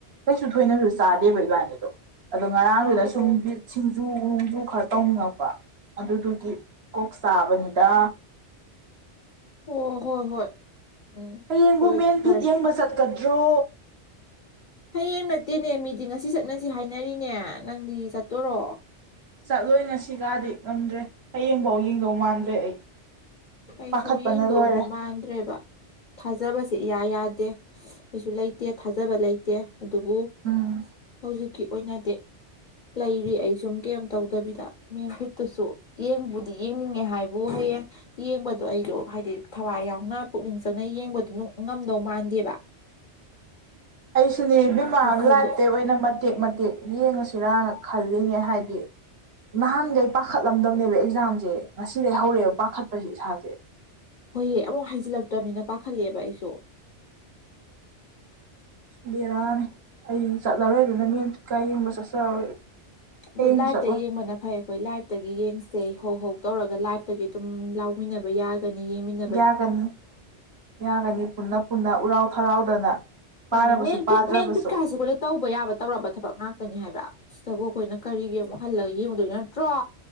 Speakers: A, on the right; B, on the left.
A: ꯀꯩꯁꯨ ꯊꯣꯏꯅꯖꯨ ꯆꯥꯗꯦꯕ ꯏꯕꯥꯅꯤꯗꯣ ꯑꯗꯣ ꯉꯔꯥꯡꯗꯨꯗ
B: ꯑꯣ
A: ꯁꯨꯝ ꯕꯤꯠ ꯁꯤꯡꯖꯨ ꯅꯨꯡꯖꯨ ꯈꯔ ꯇꯧꯅꯕ ꯑꯗꯨꯗꯨꯒꯤ ꯀꯣꯛ ꯆꯥꯕꯅꯤꯗꯥ
B: ꯑꯣ ꯍꯣꯏ ꯍꯣꯏ ꯎꯝ
A: ꯍꯌꯦꯡꯕꯨ
B: ꯑꯗꯨ ꯑꯣꯏꯗꯤ
A: ꯃꯦꯟ
B: ꯐꯔꯦ
A: ꯐꯤꯠ ꯌꯦꯡꯕ ꯆꯠꯀꯗ꯭ꯔꯣ
B: ꯍꯌꯦꯡ ꯅꯠꯇꯦꯅꯦ ꯃꯤꯗꯤ ꯉꯁꯤ ꯆꯠꯅꯁꯤ ꯍꯥꯏꯅꯔꯤꯅꯦ ꯅꯪꯗꯤ ꯆꯠꯇꯣꯔꯣ
A: ꯆꯠꯂꯣꯏ ꯉꯁꯤ ꯀꯗꯤ ꯉꯝꯗ꯭ꯔꯦ ꯍꯌꯦꯡꯐꯥꯎ ꯌꯦꯡꯗꯧ ꯃꯥꯟꯗ꯭ꯔꯦ ꯑꯩ
B: ꯀꯩꯁꯨ
A: ꯄꯥꯈꯠꯄꯅ
B: ꯌꯦꯡꯗꯧꯗꯤ
A: ꯂꯣꯏꯔꯦ
B: ꯃꯥꯟꯗ꯭ꯔꯦꯕ ꯊꯥꯖꯕꯁꯦ ꯏꯌꯥ ꯌꯥꯗꯦ ꯀꯩꯁꯨ ꯂꯩꯇꯦ ꯊꯥꯖꯕ ꯂꯩꯇꯦ ꯑꯗꯨꯕꯨ
A: ꯎꯝ
B: ꯍꯧꯖꯤꯛꯀꯤ ꯑꯣꯏꯅꯗꯤ ꯂꯩꯔꯤ ꯑꯩ ꯁꯨꯝ ꯀꯦꯝ ꯇꯧꯗꯕꯤꯗ ꯃꯦꯝ ꯐꯤꯠꯇꯨꯁꯨ ꯌꯦꯡꯕꯨꯗꯤ ꯌꯦꯡꯅꯤꯡꯉꯦ ꯍꯥꯏꯕꯨ ꯍꯌꯦꯡ ꯌꯦꯡꯕꯗꯣ ꯑꯩꯗꯣ ꯍꯥꯏꯗꯤ ꯊꯋꯥꯏ ꯌꯥꯎꯅ ꯄꯨꯛꯅꯤꯡ ꯆꯪꯅ ꯌꯦꯡꯕꯗꯨ ꯅꯨꯡ ꯉꯝꯗꯧ ꯃꯥꯟꯗꯦꯕꯥ
A: ꯑꯩꯁꯨꯅꯦ ꯏꯕꯦꯝꯃ
B: ꯋꯥꯈꯜꯗꯣ
A: ꯂꯥꯞꯇꯩ ꯑꯣꯏꯅ ꯃꯠ ꯃꯇꯦꯛ ꯃꯇꯦꯛ ꯌꯦꯡꯉꯁꯤꯔꯅ ꯈꯜꯂꯤꯅꯦ ꯍꯥꯏꯗꯤ ꯅꯍꯥꯟꯒꯩ ꯄꯥꯈꯠꯂꯝꯗꯕꯅꯦꯕ ꯑꯦꯛꯖꯥꯝꯖꯦ ꯉꯁꯤꯗꯩ ꯍꯧꯔꯦꯕ ꯄꯥꯈꯠꯄꯖꯦ ꯏꯁꯥꯖꯦ
B: ꯍꯣꯏꯑꯦ ꯑꯃꯨꯛ ꯍꯩꯖꯤꯜꯂꯛꯇꯕꯅꯤꯅ ꯄꯥꯈꯠꯂꯦꯕ ꯑꯩꯖꯨ
A: ꯕꯦꯔꯥꯅꯦ ꯑꯩ ꯆꯠꯂꯔꯣꯏ ꯑꯗꯨꯅ ꯃꯨꯟꯀ <unintelligible> ꯌꯦꯡꯕ ꯆꯠꯆꯔꯔꯣꯏ ꯍꯌꯦꯡꯁꯨ
B: ꯑꯗꯨ ꯂꯥꯏꯚꯇ
A: ꯆꯠꯂꯣꯏ
B: ꯌꯦꯡꯕꯅ ꯐꯩ ꯍꯣꯏ ꯂꯥꯏꯐꯇꯒꯤ ꯌꯦꯡꯁꯦ ꯍꯧ ꯍꯧ ꯇꯧꯔꯒ ꯂꯥꯏꯐꯇꯒꯤ ꯑꯗꯨꯝ ꯂꯥꯎꯃꯤꯟꯅꯕ ꯌꯥꯒꯅꯤ ꯌꯦꯡꯃꯤꯟ
A: ꯌꯥꯒꯅꯤ ꯌꯥꯒꯅꯤ ꯄꯨꯟꯅ ꯄꯨꯟꯅ ꯎꯔꯥꯎ ꯊꯔꯥꯎꯗꯅ ꯄꯥꯔꯕꯁꯨ
B: ꯃꯥꯅꯤ ꯃꯦꯟ
A: ꯄꯥꯗ꯭ꯔꯕꯁꯨ
B: ꯐꯤꯠ ꯃꯦꯟ ꯐꯤꯠ ꯀꯥꯥꯁꯦ <unintelligible> ꯇꯧꯕ ꯌꯥꯕ ꯇꯧꯔꯕ ꯊꯕꯛ ꯉꯥꯛꯇꯅꯤ ꯍꯥꯏꯕ ꯁꯤꯗꯕꯨ ꯑꯩꯈꯣꯏꯅ ꯀꯔꯤꯒꯤ ꯑꯃꯨꯛ ꯍꯜꯂꯒ ꯌꯦꯡꯉꯨꯗꯣꯏ ꯅꯠꯇ꯭꯭ꯔꯣ